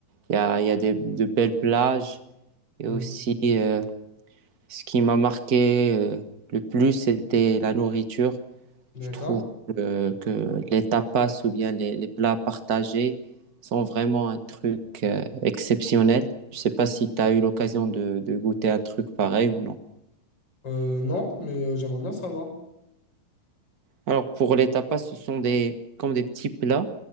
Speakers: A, on the right; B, on the left.
A: Il y a, il y a des- de belles plages. Et
B: Mhm.
A: aussi, euh, ce qui m'a marqué euh, le plus, c'était la nourriture.
B: d'accord.
A: Je trouve que, que les tapas ou bien les, les plats partagés sont vraiment un truc euh, exceptionnel. Je sais pas si tu as eu l'occasion de, de goûter un truc pareil ou non.
B: Euh, non, mais euh, j'aimerais bien savoir.
A: Alors, pour les tapas, ce sont des, comme des petits plats